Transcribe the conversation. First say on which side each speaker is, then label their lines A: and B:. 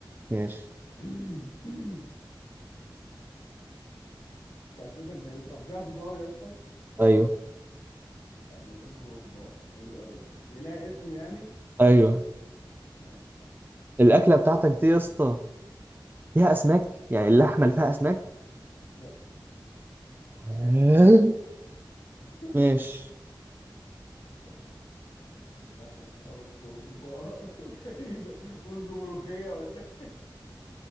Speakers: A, on the right (about 25°); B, on the left (about 70°).
A: ماشي
B: <coughs> <clears throat> انت اكلتك غريبة. طب فيها خضار يا اسطى
A: ايوه
B: يعني رز وخضار حلو قوي ده هي لها اسم يعني
A: ايوه
B: لا مش عارف
A: الاكله بتاعتك دي يا اسطى فيها اسماك يعني اللحمه اللي فيها اسماك
B: لا
A: <laughs> آه،
B: <laughs>
A: ماشي
B: طيب الاكله بتاعتك فيها رز وخضار <laughs> ده ايه ده رز وملوخيه ولا إيه؟